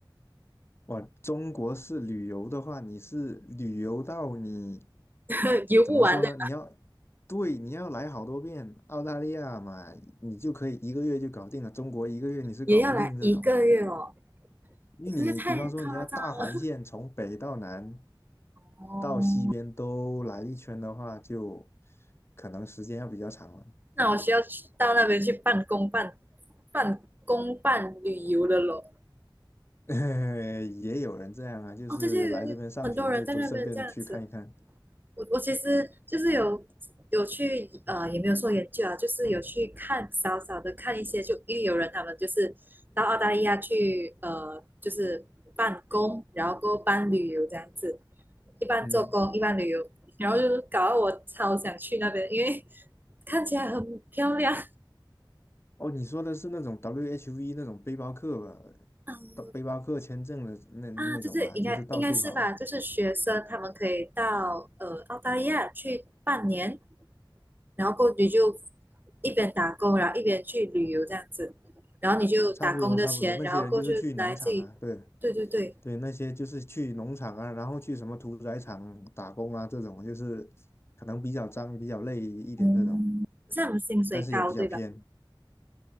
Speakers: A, on the left; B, on the right.
A: 哇，中国式旅游的话，你是旅游到你
B: <laughs> 游不完的，
A: 怎么说呢？你要对，你要来好多遍澳大利亚嘛，你就可以一个月就搞定了。中国一个月你是搞不定这种，
B: 也要来一个月哦，
A: 因为你比方说你要大环线从北到南
B: 一个月太夸张了。哦。
A: 到西边都来一圈的话，就可能时间要比较长了。
B: 那我需要去到那边去办公办办公办旅游了咯。
A: <laughs> 也有人这样啊，就是来这边上学就都顺便去看一看。
B: 哦，这些很多人在那边这样子。我我其实就是有有去呃，也没有说研究啊，就是有去看少少的看一些，就因为有人他们就是到澳大利亚去呃，就是办公，然后过后办旅游这样子，一般做工，
A: 嗯。
B: 一般旅游，然后就是搞得我超想去那边，因为看起来很漂亮。
A: 哦，你说的是那种 WHV 那种背包客吧，
B: 嗯，
A: 到背包客签证的那那种吧，
B: 啊，就是应该应该是吧，
A: 就是到处跑，
B: 就是学生他们可以到呃澳大利亚去半年，然后过你就一边打工，然后一边去旅游这样子，然后你就打工的钱，
A: 差不多差不多。那些人就是去农场啊，
B: 然后过去来自己，
A: 对
B: 对对对，
A: 对，那些就是去农场啊，然后去什么屠宰场打工啊，这种就是可能比较脏、比较累一点这种，
B: 嗯，可是他们薪水高对吧？
A: 但是也比较偏，